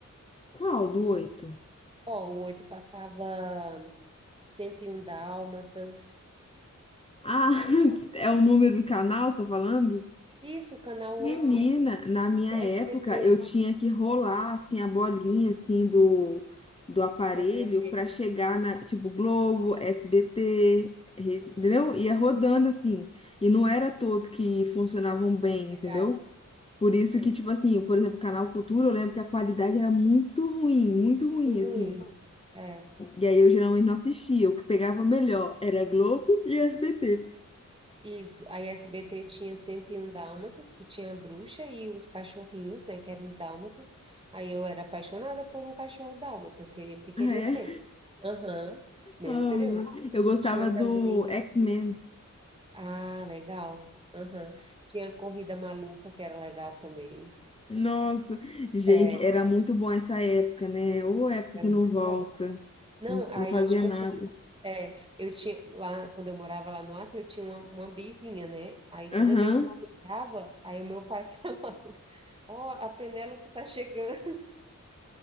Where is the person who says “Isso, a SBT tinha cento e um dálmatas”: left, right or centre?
Right